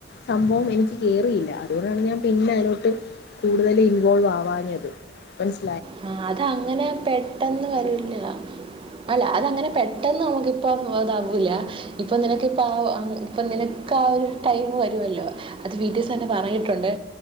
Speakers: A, on the left; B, on the right.
A: സംഭവം എനിക്ക് കയറിയില്ല അതുകൊണ്ടാണ് ഞാൻ പിന്നെ അതിലോട്ട് കൂടുതൽ ഇൻവോൾവ് ആ വാഞ്ഞത് മൻസി
B: ആ അതങ്ങനെ പെട്ടെന്ന് വരുല്ല അല്ല അതങ്ങനെ പെ ട്ടെന്ന് നമുക്കിപ്പം അതാവൂല്ല ഇപ്പം നിനക്കിപ്പം ആ ഇപ്പം നിനക്ക് ആ ഒരു ടൈം വരുവല്ലോ അത് ബി ടി എസ് തന്നെ പറഞ്ഞിട്ടുണ്ട്